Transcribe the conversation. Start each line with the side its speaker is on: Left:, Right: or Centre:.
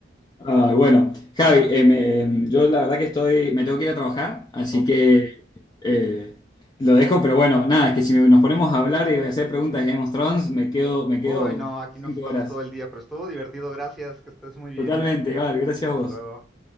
Left: Ah, bueno, Javi, eh, me- yo la verdad que estoy, me tengo que ir a trabajar, así
Centre: ok.
Left: que eh, lo dejo, pero bueno, nada, es que si me- nos ponemos a hablar y a hacer preguntas de Game of Thrones, me quedo, me
Centre: Uy,
Left: quedo
Centre: no, aquí
Left: cinco
Centre: nos estamos
Left: horas.
Centre: todo el día, pero estuvo divertido, gracias, que estés muy bien.
Left: Totalmente, Val, gracias
Centre: Hasta
Left: a vos.
Centre: luego.